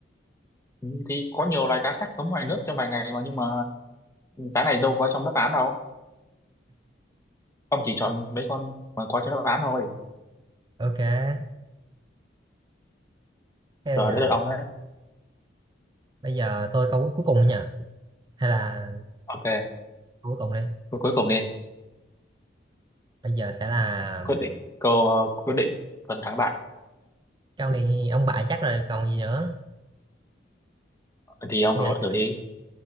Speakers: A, on the left (about 15°); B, on the right (about 25°).
A: Ừ, Thì có nhiều loài cá khác sống ngoài nước trong vài ngày mà nhưng mà cá này đâu có trong đáp án đâu. Ông chỉ chọn mấy con mà có trong đáp án thôi.
B: ok thế bây
A: Rồi,
B: giờ
A: đến lượt ông đấy.
B: bây giờ tôi câu cuối cuối cùng nữa nha hay là
A: Ok,
B: câu cuối cùng đi
A: câu cuối cùng đi.
B: bây giờ sẽ là
A: quyết định câu ờ, quyết định phần thắng bại
B: câu này ông bại chắc rồi còn gì nữa
A: thì ông
B: bây
A: đố
B: giờ
A: thử đi